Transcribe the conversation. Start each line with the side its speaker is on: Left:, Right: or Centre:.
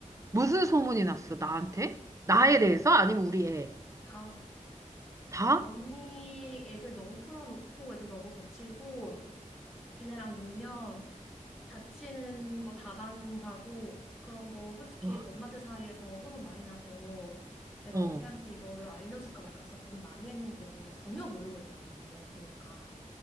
Right: 무슨 소문이 났어? 나한테? 나에
Centre: 언니
Right: 대해서? 아니면 우리 애?
Centre: 다
Right: 다?
Centre: 언니 애들 너무 풀어놓고 애들 너무 거칠고 걔네랑 놀면 다치는 거 다반 사고 그런 거 솔직히
Right: 와.
Centre: 엄마들 사이에서 소문 많이 나서 내가
Right: 어.
Centre: 언니한테 이거를 알려줄까 말까 진짜 고민 많이 했는데 언니가 전혀 모르고 있는 것 같네 보니까.